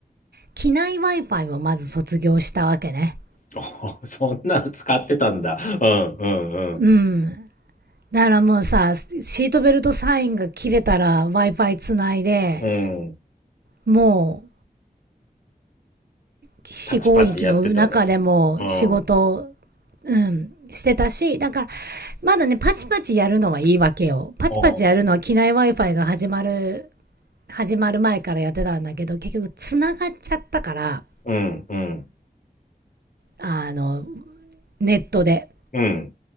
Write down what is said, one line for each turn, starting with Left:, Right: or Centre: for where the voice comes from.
Right: 機内 Wi-Fi をまず卒業したわけね。
Left: <laughs> そんなの使ってたんだ。うん、うん、
Right: うん。だからもうさ、シートベルトサインが切れたら Wi-Fi つないで、
Left: うん。うん。
Right: も飛非合域の中でも仕事、
Left: パチパチやってたね。うん。あ
Right: うん、してたし、だから、まだね、パチパチやるのはいいわけよ。パチパチやるのは機内
Left: ー、
Right: Wi-Fi が始まる、始まる前からやってたんだけど、結局繋がっちゃったから、
Left: うん、うん、
Right: あの、ネットで。
Left: うん。